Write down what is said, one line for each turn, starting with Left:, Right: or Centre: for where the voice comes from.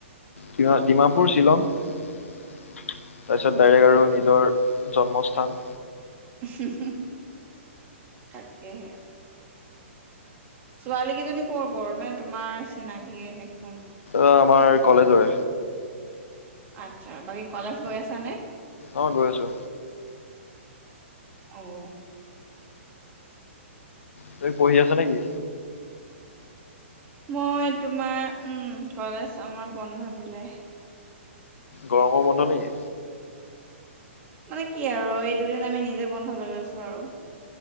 Left: কিয় ডিমাপুৰ শ্বিলং তাৰপিছত বেলেগ
Right: আচ্ছা
Left: আৰু নিজৰ জন্মস্থান
Right: উহুহু তাকেহে ছোৱালী কেইজনী কৰ -কৰ মানে তোমাৰ চিনাকি নেক
Left: অ', আমাৰ কলেজৰে।
Right: আচ্ছা, বাকী কলেজ গৈ আছা নে?
Left: অ', গৈ আছো।
Right: অঔ।
Left: তুমি পঢ়ি আছা নেকি?
Right: মই তোমাৰ উম কলেজ আমাৰ বন্ধ দিলে।
Left: গৰমৰ বন্ধ নেকি
Right: মানে কি আৰু এই দুদিন আমি নিজে বন্ধ লৈ লৈছো আৰু।